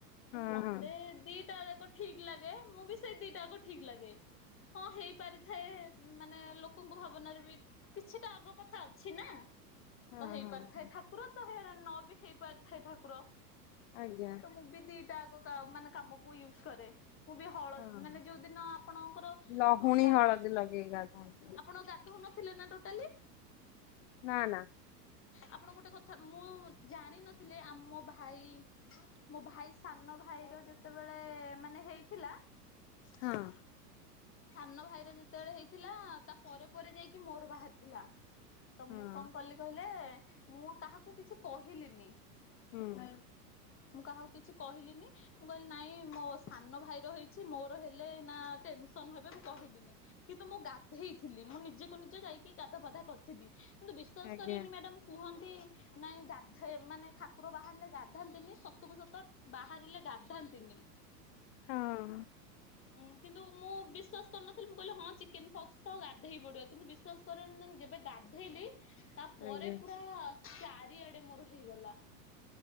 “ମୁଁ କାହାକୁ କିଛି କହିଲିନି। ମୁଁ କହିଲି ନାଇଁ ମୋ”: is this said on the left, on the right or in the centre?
Left